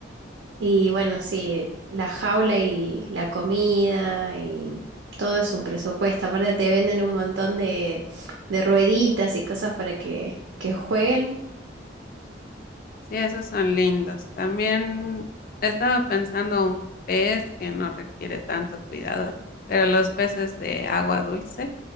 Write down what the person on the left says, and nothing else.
Sí, esos son lindos. También estaba pensando un pez que no requiere tanto cuidado, pero los peces de agua dulce,